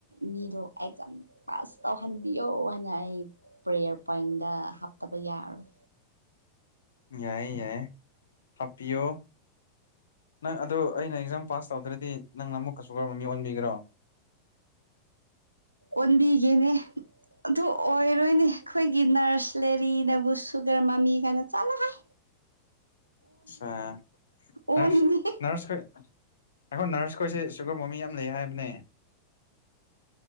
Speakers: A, on the right; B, on the left.
A: ꯃꯤꯗꯣ ꯑꯦꯛꯖꯥꯝ ꯄꯥꯁ ꯇꯧꯍꯟꯕꯤꯌꯣ ꯍꯥꯏꯅ ꯑꯩ ꯄ꯭ꯔꯦꯌꯔ ꯄꯣꯏꯟꯗ ꯍꯥꯞꯇꯕ ꯌꯥꯔꯣꯏ
B: ꯌꯥꯏ ꯌꯥꯏ ꯍꯥꯄꯤꯌꯣ ꯅꯪ ꯑꯗ ꯑꯩꯅ ꯑꯦꯛꯖꯥꯝ ꯄꯥꯁ ꯇꯧꯗ꯭ꯔꯗꯤ ꯅꯪꯅ ꯑꯃꯨꯛꯀꯁꯨ ꯀꯔꯝꯕ ꯃꯤ ꯑꯣꯟꯕꯤꯈ꯭ꯔꯣ
A: ꯑꯣꯟꯗꯤꯒꯦꯅꯦ ꯑꯗꯨ ꯑꯣꯏꯔꯣꯏꯅꯦ ꯑꯩꯈꯣꯏꯒꯤ ꯅꯔꯁ ꯂꯦꯔꯤꯅꯕꯨ ꯁꯨꯒꯔ ꯃꯃꯤ ꯀꯥꯏꯅ ꯆꯠꯂ ꯍꯥꯏ
B: ꯑ ꯅꯔꯁ
A: ꯑꯣꯅꯤꯡꯉꯦ
B: ꯅꯔꯁ ꯀ ꯑꯩꯈꯣꯏ ꯅꯔꯁꯈꯣꯏꯁꯦ ꯁꯨꯒꯔ ꯃꯣꯃꯤ ꯌꯥꯝ ꯂꯩ ꯍꯥꯏꯕꯅꯦ